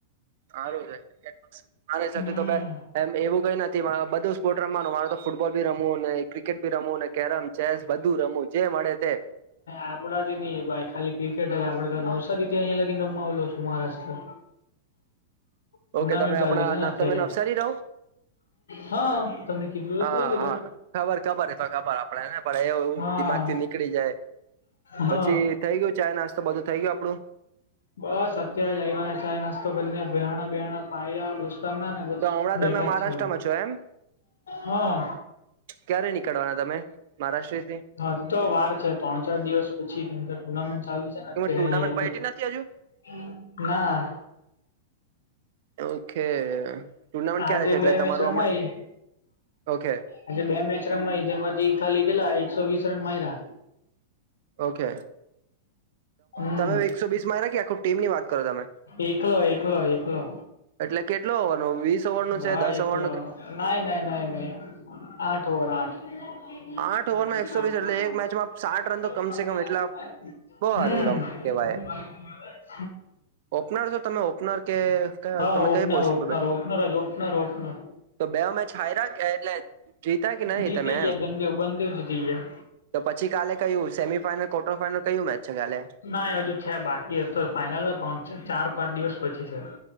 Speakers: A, on the right; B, on the left.
A: સારું છે મારે સાથે
B: હમ
A: એમ એવું કઈ ના થી બધું સ્પોર્ટ રમવાનું મારે તો ફટબોલી રમવું ને ક્રિકેટી રમું ને કેરમ ચેસ બધું રમવું જે મળે તે
B: આપણા જ ન ભાઈ ખાલી ક્રી કેટ આપડે તો નવસારી થી અહીિયાયા લગીને રમાવલો છું મહારાષ્ટ્ર
A: ઓકે
B: ટુર્નામેન્ટ
A: તમે આપણા
B: ચાલતી છે ને અત્યારે
A: તમે નવસારી રહો
B: હા તમને કીધલું
A: હા
B: તો ખરી તે
A: હા
B: દાડે
A: ખબર ખબર એ તો ખબર આપડેને પણ એવું
B: હા
A: દિમાગ થી નીકળી જાય
B: હા
A: પછી થઈ ગયું ચાય નાસ્તો બધું. થઈ ગયું આપડું
B: બસ અત્યારે જ આવવાને ચાાય નાસ્તો કરીને વહેણ બેહણા પાયા દુ ના ને બસ
A: તો હમણાં
B: બેઠા
A: તમે
B: જ
A: મહારાષ્ટ્રમાં
B: છે હવે
A: છો એમ
B: હા.
A: ક્યારે નીકળવાના તમે મહારાષ્ટ્રથી
B: હા તો વાર છે ત્રણ ચાર દિવસ પછી કક ટુર્મેન્ટ ચાલુ
A: કે
B: થઈ ગઈ
A: ટુર્નામેન્ટ
B: અહીંયા
A: પયટી નથી હજુ
B: એટલે ના
A: ઓકે ટુર્નામેન્ટ
B: આજે
A: ક્યારે છે એટલે
B: બે
A: તમારું
B: મેચ રમાઈ
A: હમણાં ઓકે
B: આજે બે મેચ રમાય જેમાંથી ખાલી ગેલા એકસો વીસ રન મારા
A: ઓકે
B: હમ
A: તમે એકસો બીસ માં કે આખું ટીમ ની વાત કરો તમે
B: એકલો એકલો એકલો.
A: એટલે કેટલો ઓવરનો વીસ ઓવરનો
B: ભાઈ
A: છે દસ
B: એટલા
A: ઓવરનો છે
B: ના નાઈ નહી નહી આઠ ઓવર આઠ હમ.
A: આઠ ઓવરમાં એકસો વીસ એટલે એક મેચમાં
B: <inaudible>
A: સાઠ રન તો કમસે કમ એટલા
B: <unintelligible>
A: બહુ સારું રમ કહેવાય ઓપનર તો તમે ઓપનર કે
B: હા
A: તમે
B: ઓપનર
A: કઈ પોઝિશન
B: ઓપનર
A: પર.
B: ઓપનર જ ઓપનર ઓપનર
A: તો બેવ મેચ હાઇરા કે એટલે જીતા કે નહી
B: જીતી
A: તમે
B: ગયા
A: એમ
B: બન દેવ બન દેવ જીતી ગયા.
A: તો પછી કાલે કયું સેમીફાઈનલ ક્વાર્ટર ફાઈઇનલ કયું મેચ છે કાલે
B: ના હજુ છે બાકી અ તો તો ફાઈનલ કોણ ચાર પાંચ દિવસ પછી છે